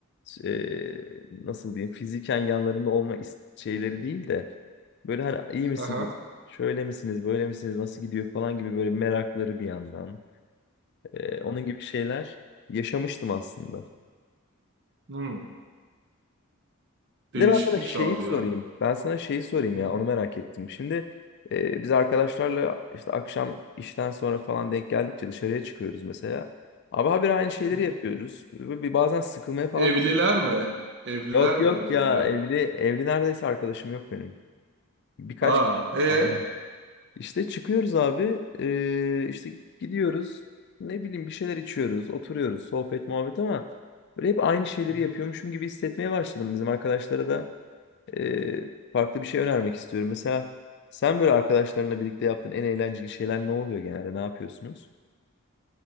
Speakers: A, on the left (about 55°); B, on the right (about 55°).
A: e, nasıl diyeyim fiziken yanlarında olma is- şeyleri değil de böyle hani iyi misiniz?
B: Aha.
A: Şöyle misiniz? Böyle misiniz? Nasıl gidiyor falan gibi böyle merakları bir yandan. E, onun gibi şeyler yaşamıştım aslında.
B: Hmm. Değişikmiş
A: Bir de ben sana şeyi
B: abi
A: sorayım.
B: ya.
A: Ben sana şeyi sorayım
B: Hı
A: ya onu merak ettim. Şimdi e, biz arkadaşlarla işte akşam işten sonra falan denk geldikçe dışarıya çıkıyoruz mesela. Abi habire aynı şeyleri
B: hı.
A: yapıyoruz. Ve Bir bazen sıkılmaya falan.
B: Evliler mi? Evliler
A: Yok
B: mi
A: yok
B: öyle
A: ya
B: oluyor?
A: evli evli neredeyse arkadaşım yok benim. Birkaç
B: Aa,
A: kişi.
B: e?
A: Aynen. İşte çıkıyoruz abi. e, işte gidiyoruz. Ne bileyim bir şeyler içiyoruz, oturuyoruz, sohbet muhabbet ama böyle hep aynı şeyleri
B: Hı hı.
A: yapıyormuşum gibi hissetmeye başladım. Bizim arkadaşlara da e, farklı bir şey önermek istiyorum. Mesela sen böyle arkadaşlarınla birlikte yaptığın en eğlenceli şeyler ne oluyor genelde? Ne yapıyorsunuz?